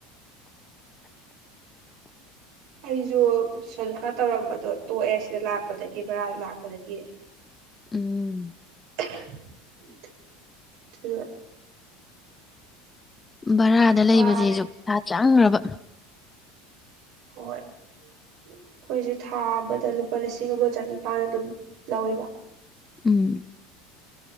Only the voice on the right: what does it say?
ꯑꯩꯁꯨ ꯇꯨꯏꯁꯟ ꯈꯔ ꯇꯧꯔꯝꯕꯗꯣ ꯇꯣꯛꯑꯦ ꯁꯤꯗ ꯂꯥꯛꯄꯗꯒꯤ ꯕꯔꯥꯗ ꯂꯥꯛꯄꯗꯒꯤ
<unintelligible> ꯆ
ꯋꯥꯔꯦ
ꯍꯣꯏ ꯑꯩꯈꯣꯏꯁꯦ ꯊꯥ ꯑꯃꯗ ꯂꯨꯄꯥ ꯂꯤꯁꯤꯡ ꯑꯃ ꯆꯅꯤꯄꯥꯥꯟ ꯑꯗꯨꯝ ꯂꯧꯋꯦꯕ